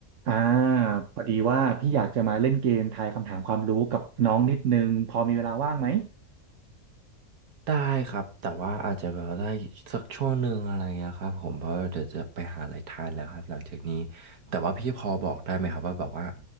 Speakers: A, on the right; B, on the right.
A: อ่าพอดีว่าพี่อยากจะมาเล่นเกมทายคำถามความรู้กับน้องนิดนึงพอมีเวลาว่างไหม
B: ได้ครับแต่ว่าอาจจะแบบได้สักช่วงหนึ่งอะไรเงี้ยครับผมเพราะเดี๋ยวจะไปหาอะไรทานแล้วครับหลังจากนี้แต่ว่าพี่พอบอกได้ไหมครับว่าแบบว่า